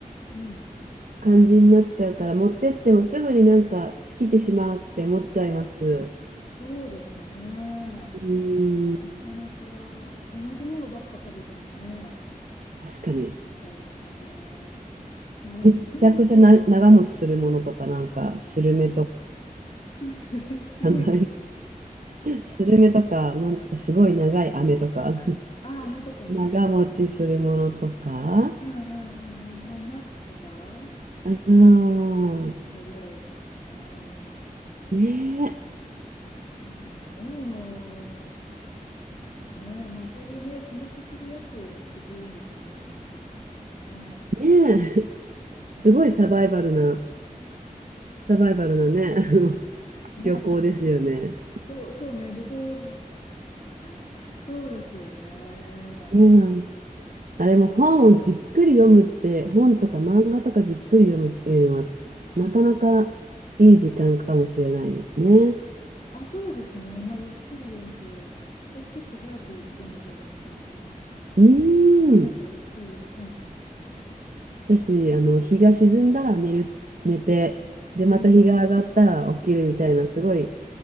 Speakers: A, on the left; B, on the right.
A: えうん。
B: 感じになっちゃうから、持ってってもすぐになんか尽きてしまうって思っちゃいます。
A: そうですね。
B: うーん、
A: なかなか同じものばっか食べてもね、
B: 確かに。
A: 飽きちゃうから。まあでも食べ物で
B: めちゃくちゃな長持ちするものとか、なんかスルメとか、
A: <laughs> 渋いです。
B: <laughs> なんかスルメとか、なんとかすごい長い飴とか、
A: ああ、飴とかね。
B: <laughs> 長持ちするものとか、
A: あうんうんうんうん。まあナッツとか、
B: ああ、
A: とかぐらいですよね。でも、
B: ね
A: でもまあ食べ物、ね、まあそういうね、日持ちするやつを持ってくんでしょうね。もし持ってくとしたらね。
B: え、ねえ、<laughs> すごいサバイバルな。
A: ね。
B: サバイバルのね、<laughs> あの
A: ね。
B: 旅行ですよね。
A: そう、そうね。旅行、<laughs> そうですよね。
B: うん。あれも本をじっくり読むって、本とか漫画とかじっくり読むっていうのは、なかなかいい時間かもしれないですね。
A: あ、そうですね。まあ、ゆっくり読んで、私結構早くどんどんどんどん読んじゃうから、もっ
B: うん。
A: たいないからゆっくり読むかもしれないですね、
B: うーん
A: そういう時は。
B: 私、あの、日が沈んだら寝る、寝て、で、また日が上がったら起きるみたいな、
A: うん。
B: すごい、